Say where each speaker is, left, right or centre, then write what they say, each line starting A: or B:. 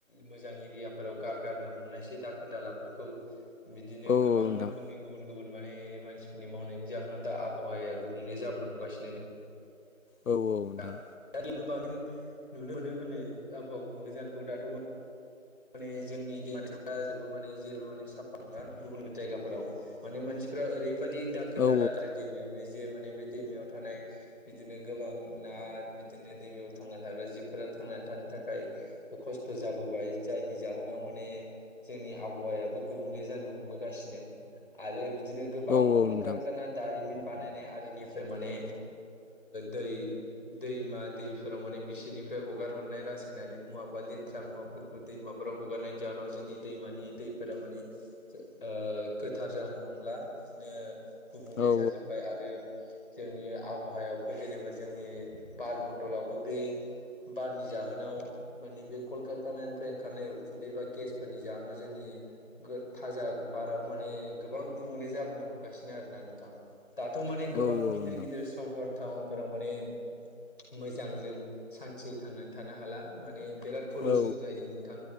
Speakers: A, on the left; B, on the left.
A: मोजां एरियाफोराव गारगार नो हमनायसै दाखोर दाला फोरखौ बिदिनो
B: औ
A: गोबां
B: नोंथां
A: रोखोनि गुबन गुबन माने मानसिफोरनि मावनायनि जाहोनाव दा आबहावाया गुबुंले जाबोनो हमगासिनो
B: औ औ
A: नोंथां
B: नोंथां
A: दा बेयावनो बांसिन नुनो मोनो होनो आबहावा गुबुंले जानायखौ दाथ' माने जोंनि दैमा दैसाफ्रा जोबोद माने जोरबो माने साफा नंला गुबुन गुबुन जायगाफोराव माने मानसि फोरा ओरैबाददि दाखोर
B: औ
A: दाला गारो दैमायावनो जे माने बे दैमायाव थानाय बिदिनो गोबां ना बिदिनो दैमायाव थांना थाग्रा जिबफोरा थांनानै थानो थाखाय खस्थ' जाबोबाय जायनि जाहोनाव माने जोंनि आबहावायाबो गुबुंले जानो हमबोगासिनो आरो बिदिनो गोबां
B: औ औ
A: कलकारखाना
B: नोंथां
A: दारिमिन बानायनाय आरिनिफ्राय माने दै दैमा दैफोराव माने बिसोरनिफ्राय हगार हरनाय रासायनारि मुवा बा लेथ्रा मुवाफोर खौ दैमाफोराव हगारनायनि जाहोनाव जोंनि दैमानि दैफोरा माने ओ गोथार जा नंला बिदिनो गुबुंले
B: औ
A: जाजोब्बाय आरो जोंनि आबहावायावबो जेनेबा जोंनि बार मण्डलावबो बे बारनि जाहोनाव माने बे कलक ओंखारनायनिफ्राय ओंखारनाय उखुन्दै बा गेसफोरनि जाहोनाव जोंनि थाजा बारा माने गोबां गुबुंले जाबोनो हमगासिनो आरोना नोंथां दाथ' माने गोबां
B: औ
A: गिदिर
B: नोंथां
A: गिदिर सहर टाउनफोराव माने मोजां जों सान्थि थांनानै थानो हाला माने बिराद पलिउसन
B: औ
A: जायो नोंथां